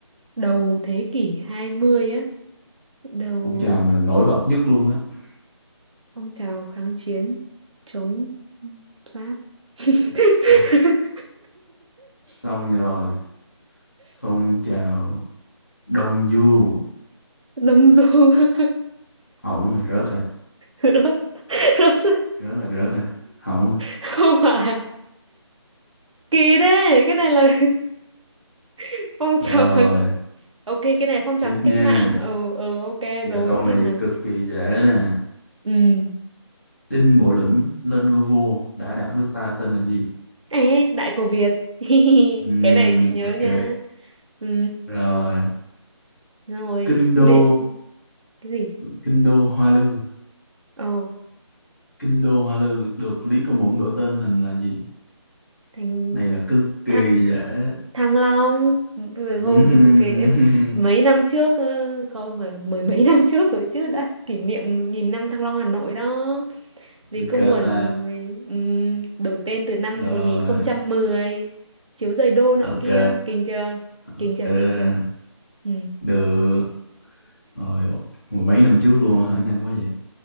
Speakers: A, on the right; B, on the left.
A: đầu thế kỷ 20 á, đầu
B: phong trào mà nổi bật nhất luôn á
A: phong trào kháng chiến chống Pháp. <laughs>
B: xong xong rồi phong trào Đông Du
A: Đông Du. <laughs>
B: hỏng rồi rớt rồi
A: Ừ, nó rất, <laughs>
B: rớt rồi rớt rồi hỏng rồi
A: không phải à? Kỳ thế, cái này là <laughs> phong
B: Rồi,
A: trào kháng chiến. Ok, cái này phong trào
B: tiếp
A: cách
B: nha
A: mạng. ờ ờ ok
B: giờ
A: rồi,
B: câu
A: tiếp
B: này
A: nào.
B: cực kỳ dễ nè
A: Ừ.
B: Đinh Bộ Lĩnh lên ngôi vua đã đặt nước ta tên là gì
A: Ê, Đại Cổ Việt. <laughs>
B: Ừm,
A: Cái này chị nhớ
B: ok
A: nha. Ừ.
B: rồi
A: Rồi,
B: kinh đô
A: điện cái gì?
B: kinh đô Hoa Lư
A: ờ
B: kinh đô Hoa Lư được Lý Công Uẩn đổi tên thành là gì
A: thành
B: này là cực kỳ
A: thăng
B: dễ
A: Thăng Long rồi
B: Ừm,
A: hôm cái mấy năm
B: <laughs>
A: trước ơ, không mà mười mấy năm trước rồi chứ đã kỷ niệm một nghìn năm Thăng Long Hà Nội đó Lý
B: ok
A: Công Uẩn
B: ta
A: ừm, đổi tên từ năm
B: rồi
A: một nghìn không trăm mười chiếu giời đô nọ
B: ok
A: kia kinh chưa
B: ok
A: kinh chưa kinh chưa ừ.
B: được rồi mười mấy năm trước luôn á hả nhanh quá vậy